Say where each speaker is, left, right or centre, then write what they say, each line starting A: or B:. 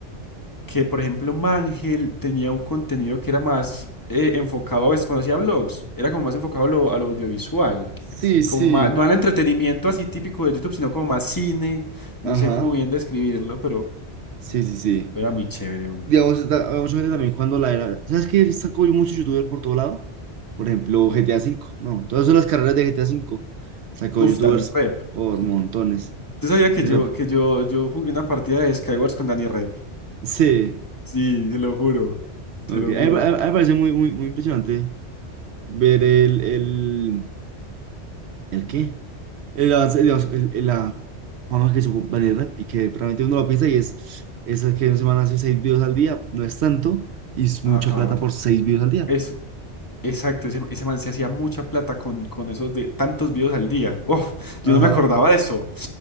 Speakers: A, on the left; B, on the right.
A: que, por ejemplo, Mangel tenía un contenido que era más eh, enfocado a veces cuando hacía vlogs, era como más enfocado a lo, a lo audiovisual,
B: Sí, sí.
A: como más, no al entretenimiento así típico de YouTube, sino como más cine, no
B: Ajá.
A: sé cómo bien describirlo, pero
B: Sí, sí, sí.
A: era muy chévere, hombre.
B: Digamos, está- había mucha gente también cuando la era. ¿Sabes qué? Sacó mucho youtuber por todo lado. Por ejemplo,
A: ¿Qué?
B: GTA V. No, todas son las carreras de GTA V. Sacó
A: Uf,
B: youtubers
A: Danny Rep.
B: por
A: <laughs>
B: montones.
A: ¿Tú sabías que
B: Era-
A: yo, que yo, yo jugué una partida de Skywars con Danny Rep?
B: Sí.
A: Sí, se lo juro,
B: ok.
A: se lo
B: A mí,
A: juro.
B: a mí- a mí me parece muy, muy, muy impresionante ver el, el, ¿el qué? El avance, digamos, el- el- la fama que supo Vanity rap y que realmente uno lo piensa y es, es el que una semana hace seis videos al día, no es tanto, y es
A: Ajá.
B: mucha plata por seis videos al día.
A: Es, Exacto, ese, ese man se hacía mucha plata con, con esos de tantos videos al día. Uf, yo
B: Ajá,
A: no me acordaba de eso.